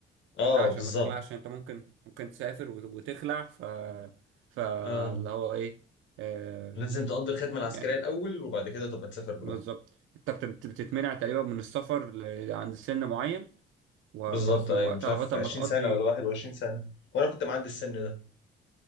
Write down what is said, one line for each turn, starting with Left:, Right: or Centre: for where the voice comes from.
Left: اه
Right: لا عشان
Left: بالظبط
Right: ما تخلعش يعني. انت ممكن ممكن تسافر وت- وتخلع ف فاللي
Left: اه
Right: هو ايه آه،
Left: لازم تقضي الخدمة العسكرية
Right: يعني
Left: الأول وبعد كده تبقى تسافر براحتك
Right: بالظبط انت بت- بتتمنع تقريبا من السفر ل- عند سن معين وخلاص
Left: بالظبط
Right: من
Left: أيوة
Right: وقتها
Left: مش عارف
Right: لغايه
Left: 20
Right: ما تقضي
Left: سنة ولا 21 سنة وأنا كنت معدي السن ده